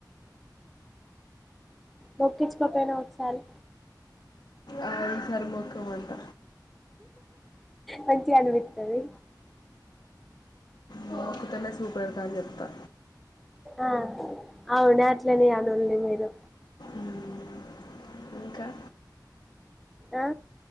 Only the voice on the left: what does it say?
ఆ, ఈసారి మొక్కం అంట
మొక్కుతోనే చూపెడతా అని చెప్తా
ఉమ్ ఇంకా